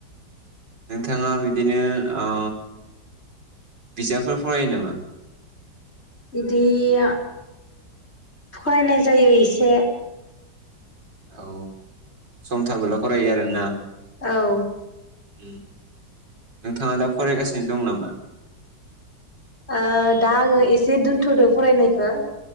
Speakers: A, on the right; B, on the left.
A: नोंथांङा बिदिनो ओ बिजाबफोर फरायो नामा?
B: इदिया फरायनाय जायो इसे।
A: औ सम थाबोला फरायो आरोना।
B: औ।
A: उम। नोंथाङा दा फरायगासिनो दं नामा?
B: ओ दा आङो एसे दोन्थ'दो फरायनायखो।